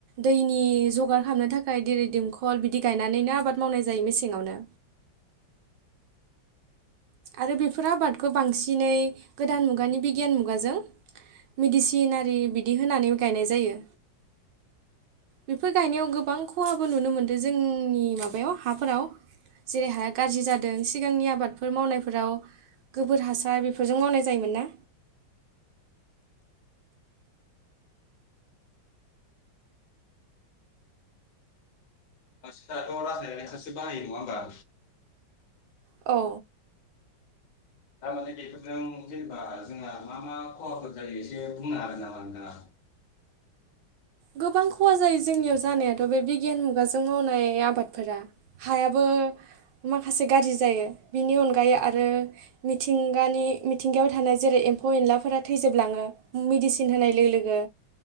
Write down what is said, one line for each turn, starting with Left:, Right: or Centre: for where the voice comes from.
Right: दैनि जगार खालामनो थाखाय देरै दंखल बिदि गायनानैनो आबाद मावनाय जायो मेसेङआवनो आरो बेफोर आबादखौ बांसिनै गोदान मुगानि बिगियान मुगाजों मिडिसिनारि बिदि होनानै गायनाय जायो बेफोर गायनायाव गोबां खहाबो नुनो मोनदों जोंनि माबायाव हाफोराव जेरै हाया गाज्रि जादों सिगांनि आबाद बेफोर मावनायफोराव गोबोर हासार बेफोरजों मावनाय जायोमोन ना
Left: आ दाथ' राजनायनाय साससे बाहायो नङा होनबा
Right: औ
Left: थारमाने बेफोरजों जेनेबा जोंहा मा मा खहाफोर जायो एसे बुंनो आरो नामा न दा
Right: गोबां खहा जायो जोंनियाव जानायाथ' बे बिगियान मुगाजों मावनाय आबादफोरा हायाबो माखासे गाज्रि जायो बिनि अनगायै आरो मिथिंगानि मिथिंगायाव थानाय जेरै एम्फौ एनलाफोरा थैजोबलाङो मेडिसिन होनाय लोगो लोगो